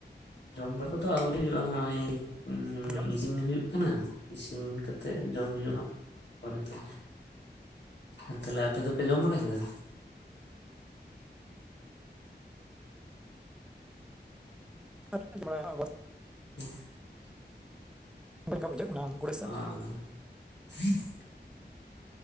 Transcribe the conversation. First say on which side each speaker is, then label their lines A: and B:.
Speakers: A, on the left; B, in the centre.
A: ᱡᱚᱢ ᱵᱟᱲᱟ ᱠᱚᱫᱚ ᱟᱹᱣᱨᱤ ᱦᱩᱭᱩᱜᱼᱟ ᱦᱚᱸᱜ-ᱚᱭ ᱩᱸᱻᱤᱥᱤᱱ
B: ᱡᱚᱢ
A: ᱦᱩᱭᱩᱜ ᱠᱟᱱᱟ, ᱤᱥᱤᱱ ᱠᱟᱛᱮᱜ ᱡᱚᱢ ᱦᱩᱭᱩᱜ-ᱟ ᱦᱟᱸᱜ ᱯᱚᱨᱮ ᱛᱮ ᱦᱮᱸ ᱛᱟᱦᱞᱮ ᱟᱯᱮ ᱫᱚ ᱯᱮ ᱡᱚᱢ ᱵᱟᱲᱟ ᱠᱮᱫᱟ
B: <unintelligible>
A: <unintelligible>
B: <unintelligible> ᱵᱩᱡᱷᱟᱹᱜ ᱠᱟᱱᱟ ᱩᱱᱠᱩᱲ ᱥᱮᱫ
A: ᱟᱺᱻ <unintelligible>